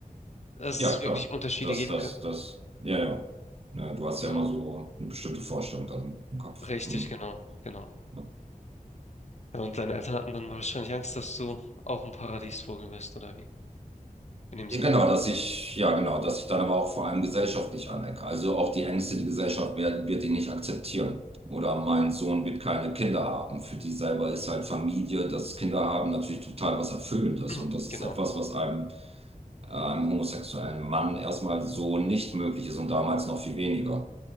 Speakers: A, on the left; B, on the right.
A: dass
B: ja,
A: es wirklich
B: klar.
A: Unterschiede
B: Das,
A: geben
B: das,
A: könnte.
B: das, ja, ja. Ja, du hast
A: Genau.
B: ja immer so eine bestimmte Vorstellung dann im Kopf.
A: Richtig,
B: Hm.
A: genau, genau.
B: Ja.
A: Ja, Und deine Eltern hatten dann wahrscheinlich Angst, dass du auch ein Paradiesvogel wirst, oder wie? In dem Sinne.
B: Ja, Genau, dass ich, ja, genau, dass ich dann aber auch vor allem gesellschaftlich anecke. Also auch die Ängste, die Gesellschaft wird, wird ihn nicht akzeptieren. Oder mein Sohn wird keine Kinder haben. Für die selber ist halt Familie, das Kinder haben natürlich total was Erfüllendes.
A: <clears throat>
B: Und das ist
A: Genau.
B: etwas, was einem, äh, einem homosexuellen Mann erstmal so nicht möglich ist und damals noch viel weniger.